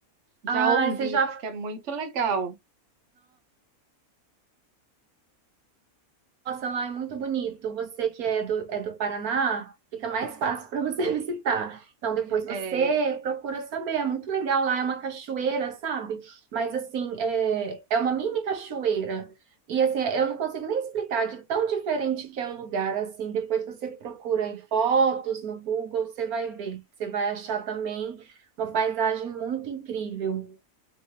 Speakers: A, on the right; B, on the right.
A: Já
B: Ah,
A: ouvi,
B: você já.
A: diz que é muito legal.
B: Nossa, lá é muito bonito. Você que é do, é do Paraná, fica mais fácil para você <laughs> visitar. Então, depois você
A: É,
B: procura saber. É muito legal lá, é uma cachoeira, sabe? Mas, assim, é, é uma mini cachoeira. E, assim, eu não consigo nem explicar de tão diferente que é o lugar, assim. Depois você procura em fotos, no Google, você vai ver. Você vai achar também uma paisagem muito incrível.